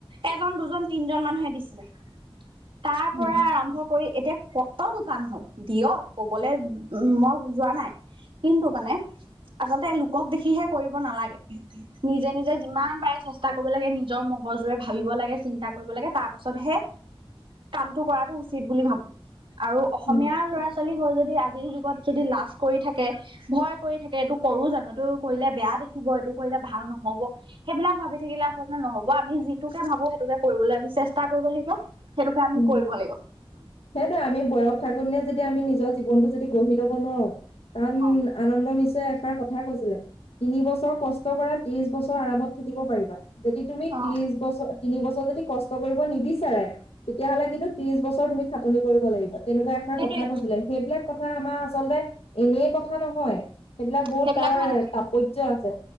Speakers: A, on the right (about 60°); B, on the left (about 85°).
A: এজন দুজন তিনজন মানুহে দিছিলে তাৰ
B: উম,
A: পৰা আৰম্ভ কৰি এতিয়া কত দোকান হয় দিয়ক কবলৈ উ মই বু যোৱা নাই কিন্তু মানে আচলতে লোকক দেখিহে কৰিব নালাগে নিজে নিজে যিমান পাৰে চষ্টা কৰিব লাগে নিজৰ মগজুৰে ভাবিব লাগে চিন্তা কৰিব লাগে তাৰ পাছতহে কামটো কৰাটো উচিত বুলি ভাবো আৰু অসমীয়া
B: উম,
A: ল'ৰা ছোৱালী হৈ যদি আজিৰ যুগত যদি লাজ কৰি থাকে ভয় কৰি থাকে এইটো কৰো জানো এইটো কৰিলে বেয়া দেখিব এইটো কৰিলে ভাল নহব সেইবিলাক ভাবি থাকিলে আচলতে নহ'ব আমি যিটোকে ভাবো সেইটোকে কৰিবলৈ আমি চেষ্টা কৰিব লাগিব সেইটোকে আমি
B: উম
A: কৰিব লাগিব
B: সেইটোো আমি বয়স থাকো নে যেয়া দি আমি নিজৰ জীৱনটো যদি গঢ়ি লব নোৱাৰো তান
A: অ
B: আনন্দ মশ এষাৰ কথা কৈছিলে তিনি বছৰ কষ্ট কৰা ত্ৰিশ বছৰ আৰামত থাকিব পাৰিবা যদি তুমি
A: অ
B: ত্ৰিশ বছৰ তিনি বছৰ যদি কষ্ট কৰিব নিবিচাৰে তেতিয়াহ'লে কিন্তু ত্ৰিশ বছৰ তুমি খাটনি কৰিব লাগিব তেনেকুৱা এাৰ
A: সেইটোৱে
B: কথা কৈছিলে সেইবিলাক কথা আমাৰ আচলতে এনেই কথা নহয় সেইবিলাক বহুত
A: সেইবিলাকো
B: তাৰ
A: এটা
B: তাৎাপৰ্য আছে